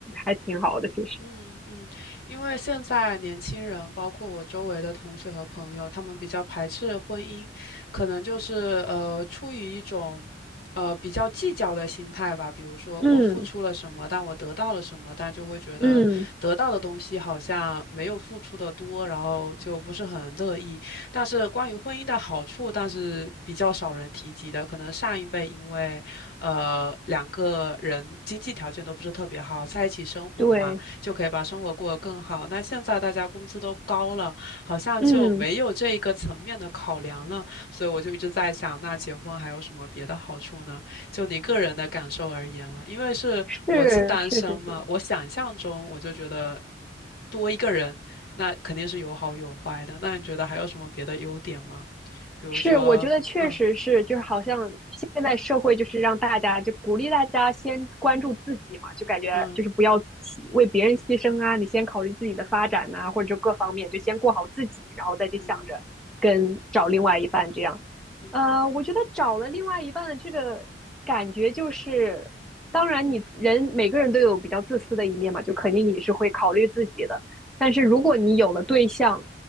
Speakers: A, in the centre; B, on the left.
A: 还挺好的，
B: 嗯嗯嗯，
A: 其实。
B: 因为现在年轻人，包括我周围的同学和朋友，他们比较排斥婚姻，可能就是呃出于一种呃比较计较的心态吧。比如说我付出了什么，
A: 嗯
B: 但我得到了什么，但就会觉得得到的东西好像没有付出的多，
A: 嗯，
B: 然后就不是很乐意。但是关于婚姻的好处，但是比较少人提及的，可能上一辈因为。呃，两个人经济条件都不是特别好，在一起生活嘛，
A: 对，
B: 就可以把生活过得更好。那现在大家工资都高了，好像就没有这一个层面的考量了。
A: 嗯，
B: 所以我就一直在想，那结婚还有什么别的好处呢？就你个人的感受而言嘛，因为是我是单身嘛，
A: 是是是是
B: 我想象中我就觉得多一个人，那肯定是有好有坏的。那你觉得还有什么别的优点吗？比如说，
A: 是，我觉得确实是，
B: 嗯
A: 就是好像现在社会就是让大家就鼓励大家先关注自己嘛，就感觉就是不要牺为别人牺牲啊，
B: 嗯
A: 你先考虑自己的发展呐、或者就各方面，就先过好自己，然后再去想着跟找另外一半这样。
B: 嗯嗯嗯。
A: 呃，我觉得找了另外一半的这个感觉就是，当然你人每个人都有比较自私的一面嘛，就肯定你是会考虑自己的。但是如果你有了对象，